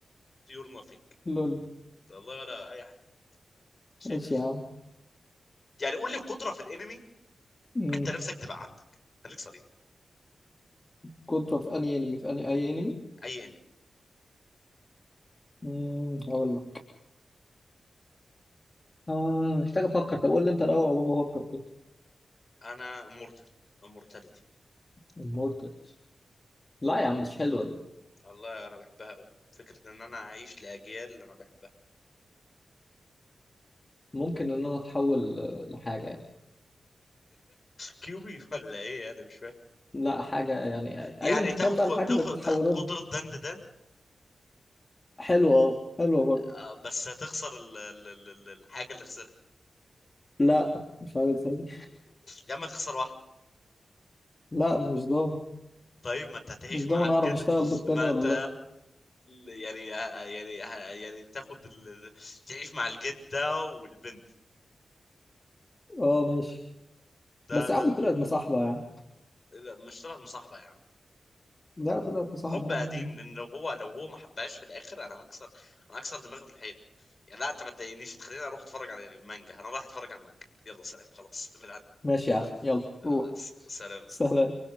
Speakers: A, on the left; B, on the left.
A: يور نوثينج
B: لول
A: والله ولا اي حاجه شيء
B: ماشي يا عم
A: يعني قول لي قدره في الانمي
B: مم.
A: انت نفسك تبقى عندك خليك صريح
B: كنت في اني انمي في اني اي انمي
A: اي انمي
B: مم، هقول لك اه محتاج افكر طب قول لي انت الاول عقبال ما افكر كده
A: انا مورتال امورتاليتي
B: المورتالز لا يا عم مش حلوه دي
A: والله انا بحبها قوي فكرة ان انا اعيش لاجيال اللي انا بحبها
B: ممكن ان انا اتحول آه، لحاجه يعني
A: كيوبي <laughs> ولا ايه انا مش فاهم
B: لا حاجه يعني
A: يعني
B: ايا
A: تاخد
B: كان بقى
A: قو-
B: الحاجه
A: تاخد
B: اللي بتحولها
A: تاخد قدرة دند دند
B: حلوة اه حلوة برضه
A: آه، بس هتخسر ال- ال- ال- ال- الحاجة اللي خسرها
B: لا مش عايز أبي.
A: يا اما تخسر واحدة
B: لا مش ضامن
A: طيب ما انت هتعيش
B: مش ضامن
A: مع الجد
B: اعرف اشتغل بالتاني
A: ما
B: ولا
A: انت
B: لا
A: يعني يعني يعني تاخد ال... تعيش مع الجدة والبنت
B: اه ماشي
A: ده
B: بس يا
A: ده
B: عم طلعت مصاحبة يا عم
A: لا، مش طلعت مصاحبة يا عم
B: لا طلعت مصاحبة
A: حب
B: يا
A: قديم
B: عم
A: لان لو هو لو هو ما حبهاش في الاخر انا هكسر انا هكسر دماغي في الحيط يعني لا انت ما تضايقنيش تخليني اروح اتفرج على المانجا انا رايح اتفرج على المانجا يلا سلام خلاص بالعن
B: ماشي يا عم يلا
A: آه،
B: روح
A: س- سلام
B: سلام